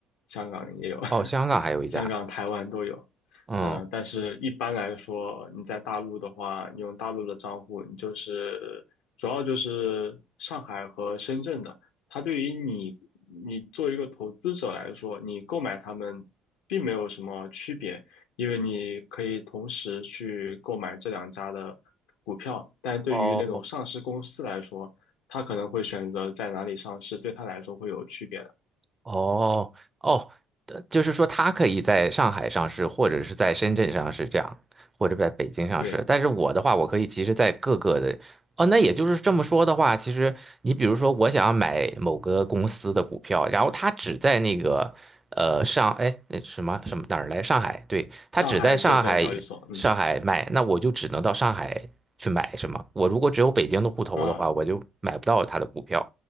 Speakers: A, on the left; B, on the right.
A: 香港也有，<laughs>
B: 哦，香港还有一家，
A: 香港、台湾都有。
B: 嗯，
A: 嗯、但是一般来说，你在大陆的话，你用大陆的账户，你就是主要就是上海和深圳的。它对于你，你作为一个投资者来说，你购买它们并没有什么区别，因为你可以同时去购买这两家的股票，但对于那种上市公司来说，
B: 哦
A: 他可能会选择在哪里上市，对他来说会有区别的。
B: 哦哦，呃就是说他可以在上海上市，或者是在深圳上市这样，或者在北京上市。
A: 对，
B: 但是我的话，我可以其实在各个的。哦，那也就是这么说的话，其实你比如说，我想要买某个公司的股票，然后它只在那个呃上，哎，那什么什么哪儿来？上海，对，它只在上海上海卖，
A: 上海证券交易所，嗯
B: 那我就只能到上海去买，是吗？我如果只有北京的户头的话，
A: 啊，
B: 我就买不到它的股票，